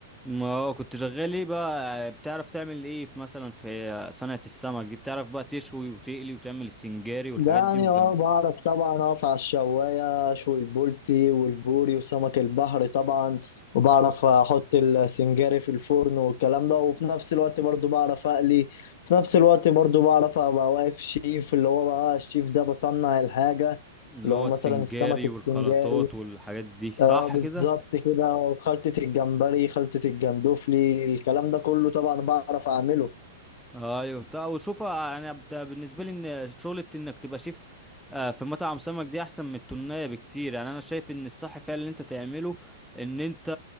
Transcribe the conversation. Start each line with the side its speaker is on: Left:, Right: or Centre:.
Centre: ما هو كنت شغال ايه بقى بتعرف تعمل ايه في مثلا في صنعة السمك دي بتعرف بقى تشوي وتقلي وتعمل السنجاري والحاجات
Left: ده يعني
Centre: دي والجم
Left: اه بعرف طبعا اقف على الشواية اشوي البولتي والبوري وسمك البحر طبعا وبعرف احط السنجاري في الفرن والكلام ده وفي نفس الوقت برضو بعرف اقلي في نفس الوقت برضو بعرف ابقى واقف شيف اللي هو بقى الشيف ده بصنع الحاجة
Centre: اللي
Left: اللي
Centre: هو
Left: هو
Centre: السنجاري
Left: مثلا السمك السنجاري
Centre: والخلطات والحاجات دي صح
Left: اه بالظبط
Centre: كده
Left: كده خلطة الجمبري خلطة الجندوفلي الكلام ده كله طبعا بعرف اعمله
Centre: ايوه تا- وشوف انا بت- بالنسبه لي ان شغله انك تبقى شيف آه، في مطعم سمك دي احسن من التونية بكتير يعني انا شايف ان الصح فعلا اللي انت تعمله ان انت